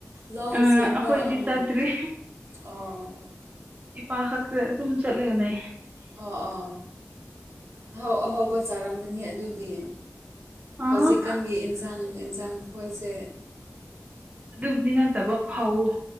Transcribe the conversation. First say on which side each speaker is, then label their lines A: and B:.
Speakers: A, on the right; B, on the right.
A: ꯂꯧ
B: ꯑꯩꯈꯣꯏꯗꯤ
A: ꯁꯦꯝꯕ ꯎꯝ
B: ꯆꯥꯗ꯭ꯔꯤ
A: ꯑꯥ
B: ꯏꯄꯥ ꯈꯛꯇ ꯑꯗꯨꯝ ꯆꯠꯂꯒꯅꯦ꯫
A: ꯑꯣ ꯑꯥ ꯑꯍꯥꯎ ꯑꯍꯥꯎꯧꯕ ꯆꯥꯔꯝꯒꯅꯤ ꯑꯗꯨꯗꯤ꯫
B: ꯑꯥ
A: ꯍꯧꯖꯤꯛꯀꯥꯟꯒꯤ ꯏꯟꯁꯥꯡ ꯌꯦꯟꯁꯥꯡ ꯈꯣꯏꯁꯦ꯫
B: ꯑꯗꯨꯕꯨꯗꯤ ꯅꯠꯇꯕ ꯐꯧ